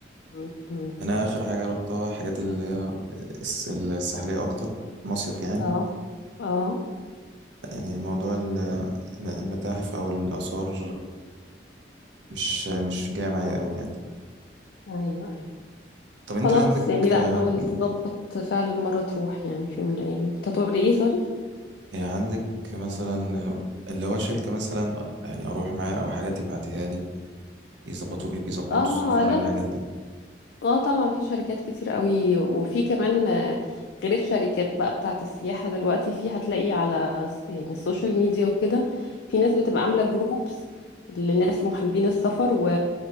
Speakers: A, on the left (about 65°); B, on the right (about 75°).
A: م- م.
B: يعني أنا آخر حاجة روحتها حاجات اللي هي الس- الساحلية أكتر مصيف يعني
A: اه آه.
B: يعني موضوع ال- الم- المتاحف أو الآثار مش مش جاي معايا أوي يعني
A: ايوه ايوه
B: طب أنت
A: خلاص
B: عندك
A: يعني لا
B: آه،
A: حاول تظبط فعلا مره تروح يعني في يوم من الايام كنت هتقولي ايه سوري
B: عندك مثلا اللي هو شركة مثلا يعني أروح معاها أو حاجة تبعتها لي يظبطوا إيه بيظبطوا
A: اه
B: السفر
A: لا
B: الحاجات دي
A: اه طبعا في شركات كتير قوي وفي كمان آه، غير الشركات بقى بتاعت السياحة دلوقتي في هتلاقي على س- يعني السوشيال ميديا وكده في ناس بتبقى عاملة جروبس لناس محبين السفر و...